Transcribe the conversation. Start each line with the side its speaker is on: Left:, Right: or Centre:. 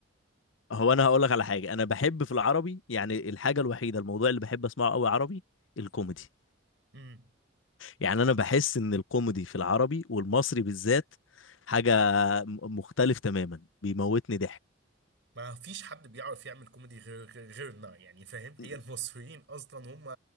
Left: هو انا هقول لك على حاجة انا بحب في العربي يعني الحاجة الوحيدة الموضوع اللي بحب اسمعه قوي عربي الكوميدي
Right: امم
Left: يعني انا بحس ان الكوميدي في العربي والمصري بالذات حاجة م- مختلف تماما بيموتني
Right: ما فيش حد بيعرف يعمل كوميدي غير غير- غيرنا يعني فاهم هي
Left: ضحك
Right: المصريين اصلا هم